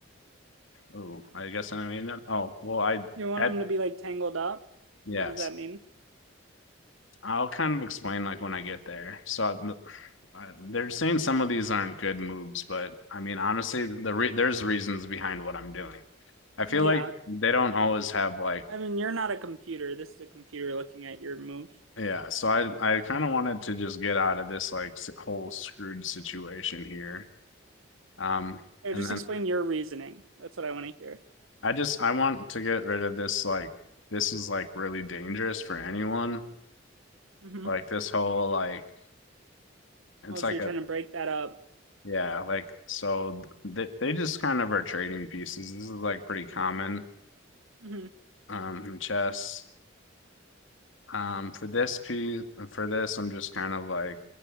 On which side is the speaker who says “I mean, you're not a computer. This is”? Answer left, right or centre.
Right